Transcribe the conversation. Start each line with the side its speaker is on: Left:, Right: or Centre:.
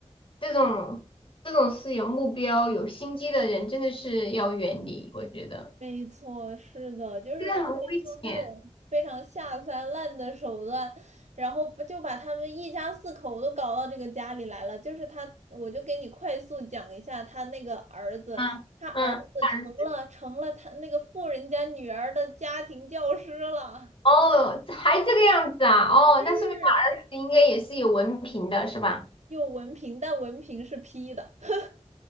Left: 这种这种是有目标、有心机的人，真的是要远离。我觉得
Right: 没错，是的，就是他们用这种非常下三滥的手段，
Left: 这个很危险。
Right: 然后不就把他们一家四口都搞到这个家里来了。就是他，我就给你快速讲一下他那个儿子，
Left: 嗯嗯，
Right: 他儿子成了成了他那个富人家女儿的家庭教师了，
Left: 他儿子哦，还这个样子啊？哦，那说明他儿子应该也是有文凭的，
Right: 是，
Left: 是吧？
Right: 有文凭，但文凭是批的，<laughs>